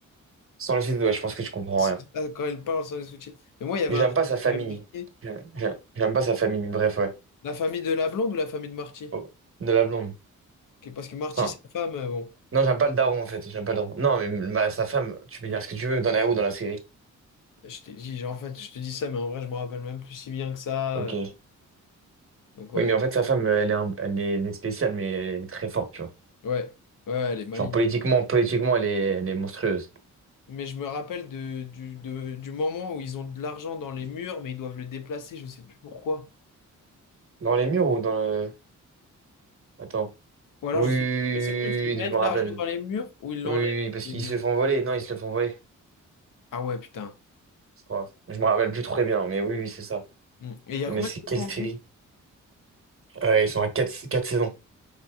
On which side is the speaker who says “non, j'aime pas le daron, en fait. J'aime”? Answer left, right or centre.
Right